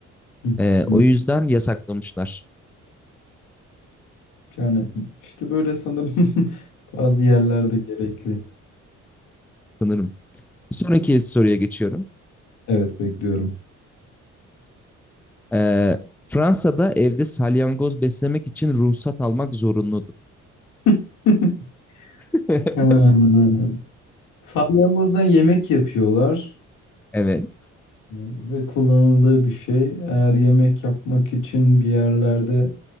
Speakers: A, on the left (about 85°); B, in the centre.
A: hı,
B: Ee,
A: hı.
B: o yüzden yasaklamışlar
A: Yani işte böyle sanırım <laughs> bazı yerlerde gerekli.
B: sanırım. Bir sonraki soruya geçiyorum.
A: Evet bekliyorum.
B: Ee, Fransa'da evde salyangoz beslemek için ruhsat almak zorunludur.
A: <laughs>
B: <laughs>
A: Hmm. Salyangozdan yemek yapıyorlar
B: Evet.
A: e, ve kullanıldığı bir şey. Eğer yemek yapmak için bir yerlerde